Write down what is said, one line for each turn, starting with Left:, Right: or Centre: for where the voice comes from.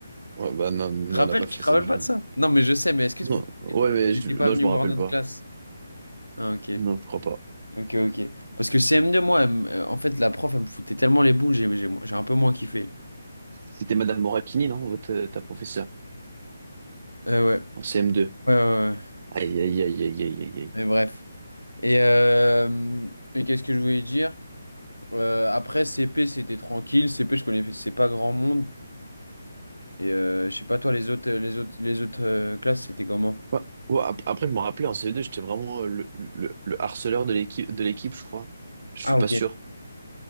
Right: ouais, bah non, nous
Left: te rappelles?
Right: on n'a pas fait
Left: Tu te
Right: ça
Left: rappelles
Right: du
Left: pas
Right: tout.
Left: de ça? Non, mais je sais. Mais est-ce que vous
Right: Non, ouais, mais
Left: n'étiez
Right: je,
Left: pas
Right: non,
Left: venu
Right: je me
Left: voir
Right: rappelle
Left: notre
Right: pas.
Left: classe? Ah, ok.
Right: Non, je crois pas.
Left: Ok, ok. Parce que CM2, moi, elle me- euh, en fait, la prof, elle me foutait tellement les boules, j'ai j'ai- j'ai un peu moins kiffé.
Right: C'était Madame Morakini, non, votre, ta professeure,
Left: Euh, ouais.
Right: en CM2.
Left: Ouais, ouais, ouais.
Right: Aïe, aïe, aïe, aïe, aïe, aïe. aïe.
Left: Mais bref. Et, euh, et qu'est-ce que je voulais dire? Euh, après, CP, c'était tranquille. CP, je connaissais pas grand monde. Et euh, je sais pas, toi, les autres, les autres, les autres euh, classes, c'était comment?
Right: Ouais. Ouais, ap- après, je me rappelais en CE2, j'étais vraiment euh, le, le, le harceleur de l'équipe, de l'équipe, je crois. Je
Left: Ah,
Right: suis pas
Left: ok.
Right: sûr.